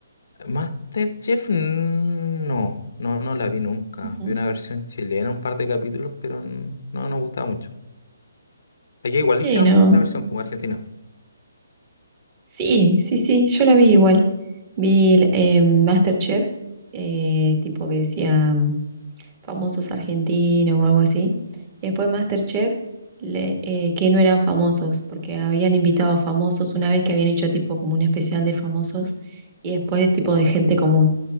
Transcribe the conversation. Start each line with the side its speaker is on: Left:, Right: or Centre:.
Left: MasterChef, no, no, no la vi nunca.
Right: Ujú.
Left: Vi una versión chilena, un par de capítulos, pero n- no nos gustaba mucho. Allá igual
Right: ¿Por qué
Left: hicieron
Right: no?
Left: la versión, pues, argentina.
Right: Sí, sí, sí, yo la vi igual. Vi el, eh, MasterChef, eh, tipo que decía mm, famosos argentinos o algo así. Y después MasterChef, le- eh, que no eran famosos, porque habían invitado a famosos una vez que habían hecho tipo como un especial de famosos y después tipo de gente común